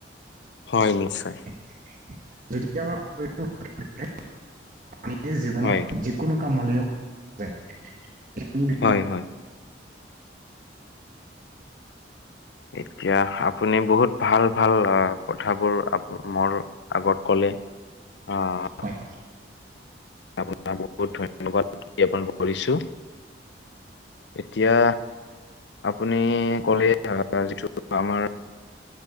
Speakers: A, on the left; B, on the right.
A: হয় নিশ্চয়।
B: <unintelligible>
A: হয়
B: কোনো কাম হলিওক <unintelligible>
A: হয় হয়। এতিয়া আপুনি বহুত ভাল ভাল কথাবোৰ মোৰ। আগত কলে আহ।
B: হয়।
A: আপোনাক বহুত ধন্যবাদ জ্ঞাপন কৰিছো। এতিয়া আপুনি ক'লে যিটো আমাৰ